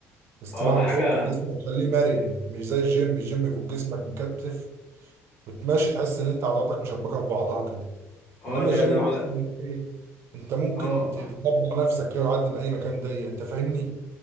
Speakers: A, on the right; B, on the left.
A: السباحة
B: اه ده حاجه
A: بتفك الجسم وتخليه مرن مش زي الجيم الجيم يكون جسمك مكتف وتمشي تحس ان انت عضلاتك مشبكة في بعضها كده
B: اه
A: انما
B: لا
A: الجيم
B: ده
A: تحس
B: على
A: إن إيه، انت ممكن
B: اه
A: تطبق نفسك كده لحد ما اي مكان ضيق انت فاهمني